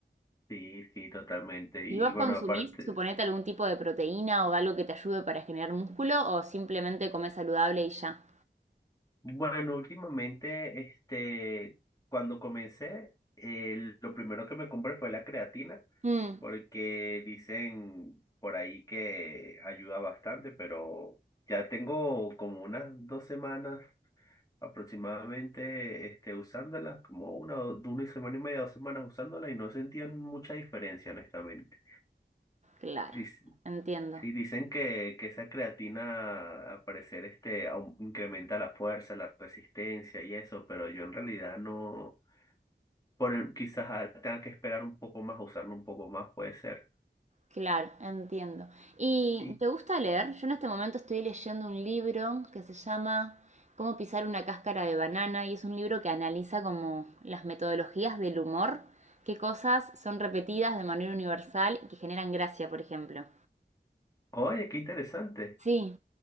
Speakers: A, on the left (about 20°); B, on the right (about 40°).
A: sí, sí, totalmente. Y
B: ¿Y vos
A: bueno,
B: consumís,
A: aparte,
B: suponete, algún tipo de proteína o algo que te ayude para generar músculo o simplemente comés saludable y ya?
A: bueno, últimamente, este, cuando comencé, eh, lo primero que me compré fue la creatina,
B: Mm,
A: porque dicen por ahí que ayuda bastante, pero ya tengo como unas dos semanas aproximadamente este, usándolas como una, o- de una semana y media, dos semanas usándolas y no sentían mucha diferencia, honestamente.
B: claro,
A: Dic-
B: entiendo.
A: sí, dicen que, que esa creatina, al parecer, este, aum- incrementa la fuerza, la resistencia y eso, pero yo en realidad no, por, el- quizás ah, tenga que esperar un poco más, usarlo un poco más, puede ser.
B: Claro, entiendo. ¿Y
A: Y,
B: te gusta leer? Yo en este momento estoy leyendo un libro que se llama Cómo pisar una cáscara de banana y es un libro que analiza como las metodologías del humor, qué cosas son repetidas de manera universal y que generan gracia, por ejemplo.
A: oye, qué interesante.
B: Sí,